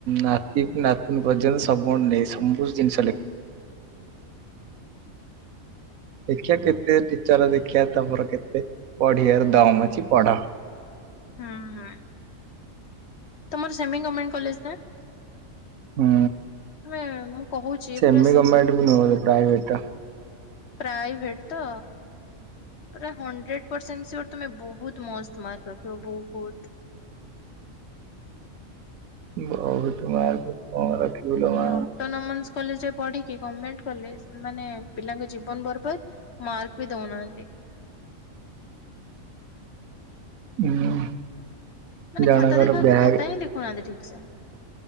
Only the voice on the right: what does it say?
ନାତି ନାତୁନ ପର୍ଯ୍ୟନ୍ତ ସମଣ୍ଡେ ସବୁ ଜିନିଷ
ଲେଖ। ଦେଖିବା କେତେ ଟି ଚର ଦେଖିବା ତମର କେତେ ପଢିଆର ଦମ୍ ଅଛି ପଢ
ହୁଁ,
ସେମି
ଗର୍ମେଣ୍ଟ ବି ନ ପ୍ରାଇଭେଟ ଟା।
<unintelligible>
ମା।
ହୁଁ
ଜଣଙ୍କର
ବ୍ୟାଗ